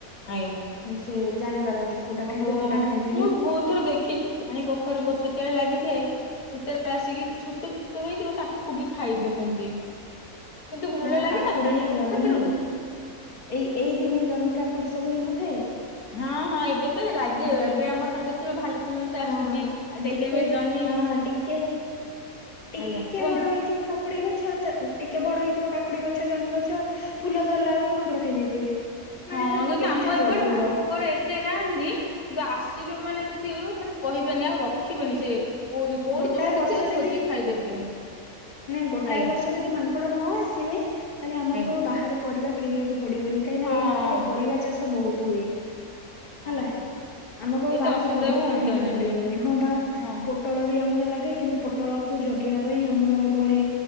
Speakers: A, on the left; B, on the left.
A: ଆଜ୍ଞା
B: ସେ ଜାଣିପାରନ୍ତି କୋଉଟା
A: ଓହୋ
B: ଖାଇବେ
A: ମୁଁ
B: କୋଉଟା ଖାଇବେନି
A: ବହୁତଥର ଦେଖିଛି ପାଣି କୋଖାରୁ ଗଛତେଳେ ଲାଗିଥାଏ ସେତେବେଳେ ଆସିକି ଛୋଟ ଛୋଟ ହେଇଥିବ ତାକୁ ବି ଖାଇ ଦିଅନ୍ତି କିନ୍ତୁ ଭଲ
B: ହଁ
A: ଲାଗେ
B: କାକୁଡି
A: ନା ପାଣି କଖାରୁ
B: ଜହ୍ନି ଏଇ ଏଇ ଦିନେ ଜହ୍ନି କାକୁଡି ସବୁ ହେଇନଥାଏ
A: ହଁ ହଁ ଏବେ ତ ଲାଗେ
B: ଯେ
A: ଆ ଏବେ ଆମର ଦେଖିବ ଭାଲୁକୁଣି ବସା
B: ହଁ
A: ଆସୁଛି
B: ଆଉ
A: ସେଇ
B: ଟିକେ
A: ଟାଇମରେ ଜହ୍ନି
B: ହଁ ଟିକେ ଟିକେ
A: ଆଜ୍ଞା କୁହନ୍ତୁ।
B: ବଡ ହେଇଥିବ କାକୁଡି ଗ ଛ ତ ଟିକେ ବଡ ହେଇଥିବ କାକୁଡି ଗଛ ଜହ୍ନି ଗଛ ଫୁଲ ଧରିଲା ବେଳକୁ ମାଙ୍କଡ ଖାଇଯାଇଥିବେ ମାନେ
A: ହଁ
B: ତମେ
A: କିନ୍ତୁ
B: କେତେ
A: ଆମ ଏପଟେ
B: ଜଗିବ
A: ମାଙ୍କଡ କେତେ ନାହାନ୍ତି କିନ୍ତୁ ଆସିବେ ମାନେ ଯଦିୁ ମାନେ କହିବେନି ଆଉ ରଖିବେନି ସେ କୋଉଠି କୋଉଠି
B: ଗୋଟାଏ
A: ଯୋଉଠି
B: ବର୍ଷ
A: ସେ
B: ଯଦି
A: ଖୋଜିକି ଖାଇଦେବେ
B: ମାନେ ଗୋଟାଏ
A: ଆଜ୍ଞା
B: ବର୍ଷ ଯଦି ମାଙ୍କଡ ନ ଆସିବେ ତାହେଲେ ଆମକୁ
A: ଆଜ୍ଞା
B: ବାହାର ପରିବା କିଣିବାକୁ ପଡିବନି କାହିଁକି
A: ହଁ।
B: ନା ଏଇ ମାଟିରେ ପରିବା ଚାଷ ବହୁତ ହୁଏ
A: ହଁ
B: ହେଲା, ଆମ କୁ ଆଉ
A: ଏତେ
B: ବାହାରୁ
A: ଅସୁବିଧା
B: ପରିବା
A: ବି ହୁଅନ୍ତାନି
B: କିଣିବାକୁ ପଡ଼ିବନି। ହଁ ବା।
A: ହଁ
B: ପୋଟଳ ବି ଆମର ଲାଗେ, କିନ୍ତୁ ପୋଟଳକୁ ଜଗିବା ପାଇଁ ଆମର ଘରେ